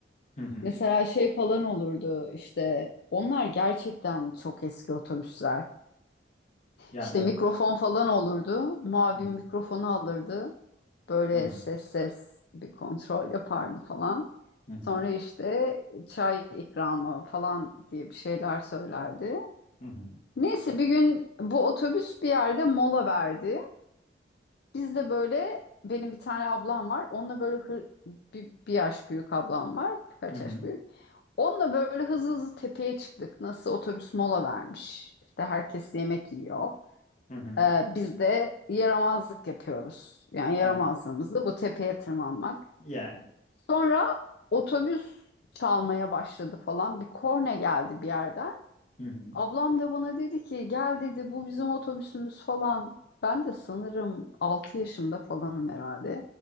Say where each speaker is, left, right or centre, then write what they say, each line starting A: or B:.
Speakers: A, on the left; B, on the left.
A: Hı hı.
B: Mesela şey falan olurdu işte onlar gerçekten çok eski otobüsler.
A: Yani
B: İşte
A: evet.
B: mikrofon falan olurdu. Muavin
A: Hı hı.
B: mikrofonu alırdı. Böyle
A: Hı hı.
B: ses ses bir kontrol yapardı falan.
A: Hı hı.
B: Sonra işte çay ikramı falan diye bir şeyler söylerdi.
A: Hı hı.
B: Neyse bir gün bu otobüs bir yerde mola verdi. Biz de böyle benim bir tane ablam var. Onunla böyle hı- bir, bir yaş büyük ablam var. Birkaç
A: Hı hı.
B: yaş büyük. Onunla böyle hızlı hızlı tepeye çıktık. Nasıl otobüs mola vermiş. İşte herkes yemek yiyor.
A: Hı hı.
B: Ee, biz de yaramazlık yapıyoruz. Yani
A: Yani.
B: yaramazlığımız da bu tepeye tırmanmak.
A: Yani.
B: Sonra otobüs çalmaya başladı falan. Bir korna geldi bir yerden.
A: Hı hı.
B: Ablam da bana dedi ki gel dedi bu bizim otobüsümüz falan. Ben de sanırım 6 yaşında falanım herhalde.